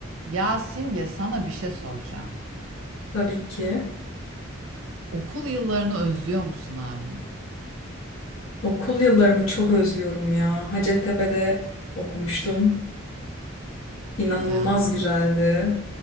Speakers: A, on the right (about 90°); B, on the left (about 90°).
A: Ya Simge sana bir şey soracağım.
B: Tabii ki.
A: Okul yıllarını özlüyor musun abi?
B: Okul yıllarımı çok özlüyorum ya. Hacettepe'de okumuştum. İnanılmaz
A: Ya
B: güzeldi.